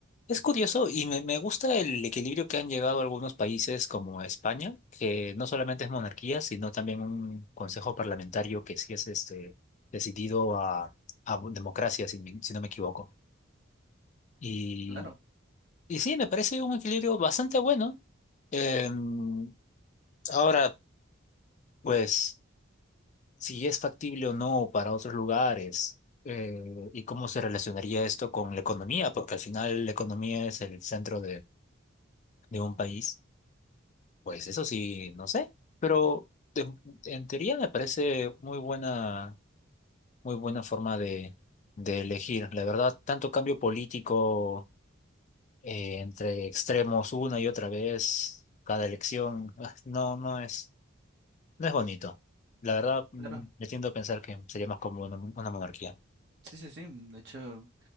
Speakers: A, on the left; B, on the right.
A: es curioso y me, me gusta el equilibrio que han llegado algunos países como España, que no solamente es monarquía, sino también un consejo parlamentario que sí es este, decidido a, a democracia, si, me- si no me equivoco. Y,
B: Claro,
A: y sí, me parece un equilibrio bastante bueno. Em, ahora, pues, si es factible o no para otros lugares eh, y cómo se relacionaría esto con la economía, porque al final la economía es el centro de un país, pues eso sí, no sé, pero en, en teoría me parece muy buena, muy buena forma de, de elegir. La verdad, tanto cambio político eh, entre extremos una y otra vez, cada elección, ah, no, no es, no es bonito. La verdad, mm,
B: claro.
A: me tiendo a pensar que sería más cómodo una, mon- una monarquía.
B: Sí, sí, sí. De hecho,